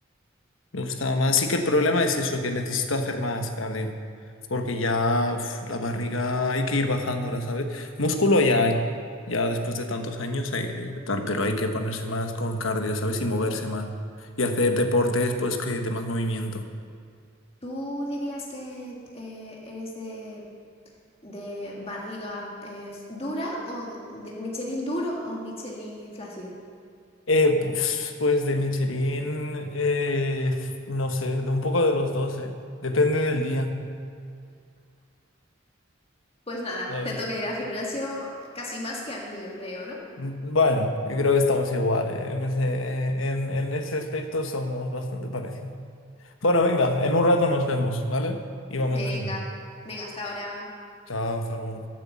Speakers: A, on the left; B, on the left.
A: Me gustaba más. Sí que el problema es eso, que necesito hacer más cardio. Porque ya uf, la barriga hay que ir bajándola, ¿sabes? Músculo ya hay. Ya después de tantos años hay tal, pero hay que ponerse más con cardio, ¿sabes? Y moverse más. Y hacer deportes, pues, que de más movimiento.
B: ¿Tú dirías que eh, eres de, de barriga eh, dura o de Michelin duro o Michelin flácido?
A: Eh, pues, pues de Michelin, eh, no sé, de un poco de los dos, ¿eh? Depende del día,
B: Pues nada,
A: ¿sabes?
B: te toca ir al gimnasio casi más que a mí, yo creo, ¿no?
A: Mm, Bueno, yo creo que estamos igual, ¿eh? En ese, en en ese aspecto somos bastante parecidos. Bueno, venga, en un rato nos vemos, ¿vale? Y vamos
B: Venga,
A: al gimnasio.
B: venga, hasta ahora.
A: Chao, Zaru.